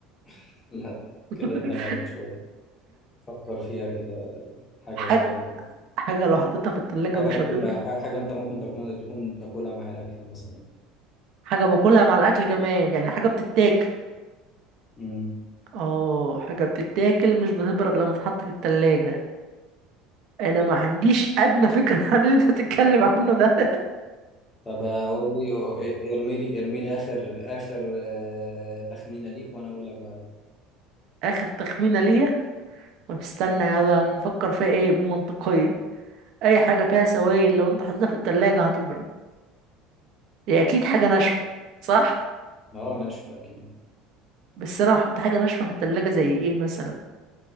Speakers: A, on the left; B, on the right.
A: <laughs> لا
B: <laughs>
A: كده انت بعيد شوية فكر فيها كده حاجة
B: حاجة
A: قريبة
B: حاجة لو حطيتها في التلاجة
A: حاجة
B: مش
A: ممكن
B: هتبرد
A: حاجة انت ممكن تكون تكون تاكلها مع الأكل مثلا
B: حاجة باكلها مع الأكل كمان يعني حاجة بتتاكل
A: مم.
B: اه حاجة بتتاكل مش بتبرد لما تتحط في التلاجة أنا ما عنديش أدنى فكرة <laughs> عن اللي أنت بتتكلم عنه ده
A: طب اقول لي ارمي لي ارمي لي اخر اخر آه، تخمينه ليك وانا اقول لك بعدها
B: آخر تخمينة ليا طب استنى يا بقى نفكر فيها إيه بمنطقية أي حاجة فيها سوائل لو أنت حطيتها في التلاجة هتبرد هي اكيد حاجه ناشفه صح
A: اه انا اشفى اكيد
B: بس انا هحط حاجه ناشفه في التلاجة زي ايه مثلا